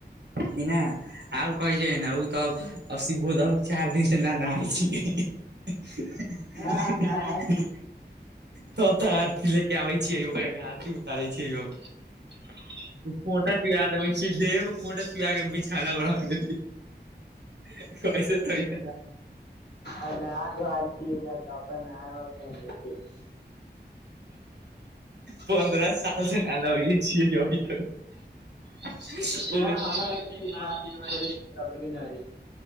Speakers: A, on the right; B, on the left.
A: कि नऽ आओर कहै छै न उ तऽ अब सी बो धर चारि दिन नऽ नहाई छी <unintelligible> ए हम
B: नहि आज
A: नहाई
B: नहाय
A: छी तब तऽ आरती ले केँ आबै छियै रोआ कऽ आरती उतारे छियै अब फोटा चुआ देबै छी देह पर पोटा चुआ केँ बिछौना पर रख दे <unintelligible>
B: आइ नहा धोआइ छियै या कपड़ा नया नया पहिनलै छियै
A: पन्द्रह सालसँ ना नहलै छियै अभि तक <inaudible> <unintelligible>
B: न हमरा लगै छै बात सबके न होयके